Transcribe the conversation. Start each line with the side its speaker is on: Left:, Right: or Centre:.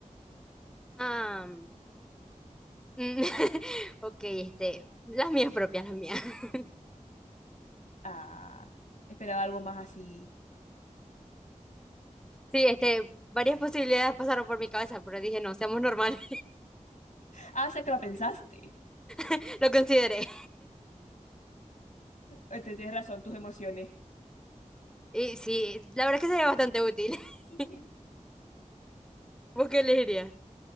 Centre: Ah, mm, <laughs> ok, este, las mías propias, las mías. <laughs>
Left: Ah, esperaba algo más así.
Centre: Sí, este, varias posibilidades pasaron por mi cabeza, pero dije, no, seamos normales.
Left: Ah, o sea que lo pensaste.
Centre: <laughs> Lo consideré.
Left: Eh, Te tienes razón, tus emociones.
Centre: Y sí, la verdad es que sería bastante útil. <laughs>
Left: <laughs>
Centre: ¿Vos qué elegirías?